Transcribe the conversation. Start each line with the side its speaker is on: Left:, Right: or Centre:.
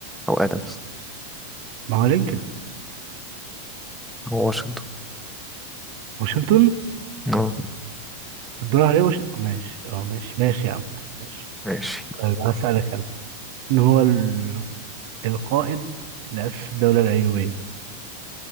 Centre: أو آدمز
Right: ما هو لينكولن
Centre: هو واشنطن
Right: واشنطن
Centre: اه
Right: الدور عليه وش... ماشي اه ماشي ماشي يا عم ماشي
Centre: ماشي
Right: طيب هسألك انا مين هو ال... القائد اللي أسس الدولة الأيوبية